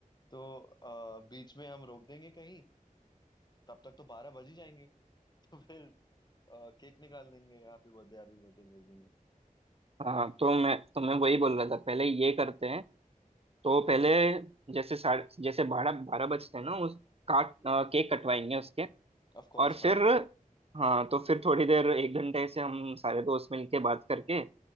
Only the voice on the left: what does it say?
तो अ, बीच में हम रोक देंगे कहीं तब तक तो बारह बज ही जाएंगे <laughs> तो फिर अ, केक निकाल देंगे हैप्पी बर्थडे हैप्पी बर्थडे बोल देंगे
ऑफ कोर्स
हाँ